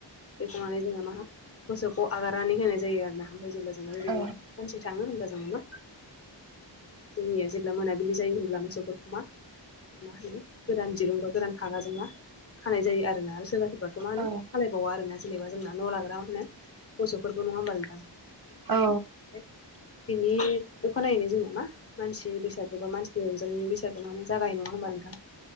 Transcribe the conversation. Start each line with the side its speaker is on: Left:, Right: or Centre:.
Left: थुखैखांनानै जोंना मा मोसौखौ आगारनानै होनाय जायो आरोना आमफ्राय जेब्ला बिदिनो
Right: औ
Left: मानसि थाङो हब्ला जोङा मा जोंनिया जेब्ला मोनाबिलि जायो होनब्ला मोसौफोरखौ मा मा होनो गोरान दिरुंबा गोरान फागाजों मा खानाय जायो आरोना आरो सोरबा सोरबा थ' मा होनो
Right: उम औ
Left: खालायबावा आरो ना जेनेबा जोंना न' लाग्रा मा होनो मोसौफोरखौ नङा होमबा नोंथां?
Right: औ।
Left: ओमफ्राय बिनि अखानायैनो जोंना मा मानसिनि बैसागु बा मानसिनि रंजालिनि बैसागु माने जागाय नङा होनबा नोंथां?